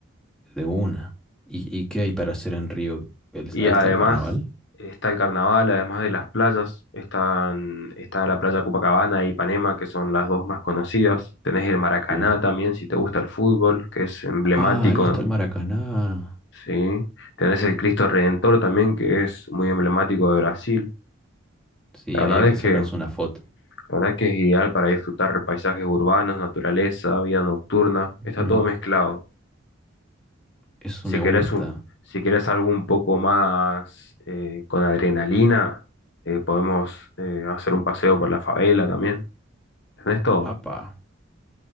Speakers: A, in the centre; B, on the left.
A: De una. ¿Y, y qué hay para hacer en Río? El-
B: Y
A: ahí
B: además
A: está el carnaval.
B: está el carnaval, además de las playas, están, está la playa Copacabana y Ipanema, que son las dos más conocidas. Tenés el Maracaná
A: Uh.
B: también, si te gusta el fútbol, que es emblemático,
A: Ah, ahí está el Maracaná.
B: ¿sí? Tenés el Cristo Redentor también, que es muy emblemático de Brasil.
A: Sí,
B: La verdad
A: ahí hay que
B: es
A: sacarse
B: que, la
A: una foto.
B: verdad que es ideal para disfrutar paisajes urbanos, naturaleza, vida nocturna.
A: Ujú.
B: Está todo mezclado.
A: Eso
B: Si
A: me
B: querés
A: gusta.
B: un, si querés algo un poco más eh, con adrenalina, eh, podemos eh, hacer un paseo por la favela también. Tenés todo.
A: Apa.